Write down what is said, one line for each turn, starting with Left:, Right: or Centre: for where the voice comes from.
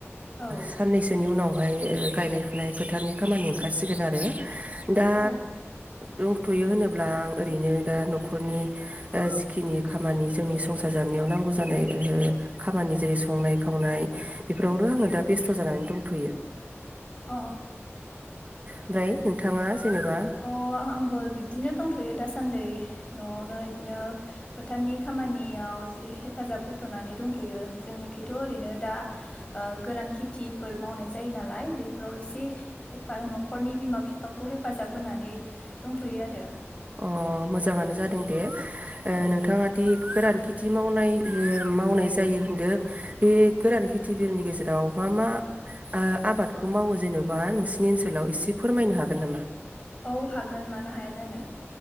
Left: औ
Right: साननैसोनि उनाव बेहाय गायनाय फुनाय फोथारनि खामानि ओंखारसिगोन आरो बे दा
Left: औ
Right: दंथ'यो होनो अब्ला आं ओरैनो दा न'खरनि ओ जिखिनि खामानि जोंनि संसार जानायाव नांगौ जानाय खामानि जेरै संनाय खावनाय बेफोरावनो आङो दा बेस्थ' जानानै दंथ'यो।
Left: अ
Right: ओमफ्राय नोंथाङा जेनेबा
Left: अ आंबो बिब्दिनो दंथ' थ'यो दासान्दि न'आवनो बिदिनो फोथारनि खामानियाव जे हेफाजाब होथ'नानै दंथ'यो जोंनिखथ' ओरैनो दा गोरान खेथिफोर मावनाय जायो नालाय बेफोराव एसे हेफा न'खरनि बिमा बि बिफाखौ हेफाजाब होनानै दंथ'यो आरो
Right: अ मोजाङानो जादों दे
Left: औ
Right: ओ नोंथाङा दि गोरान खेथि मावनाय मावनाय जायो होनदों बे गोरान खेथि बिलनि गेजेराव मा मा ओ आबादखौ मावो जेन'बा नोंसिनि ओनसोलाव एसे फोरमायनो हागोन नामा?
Left: औ हागोन मानो हाया जानो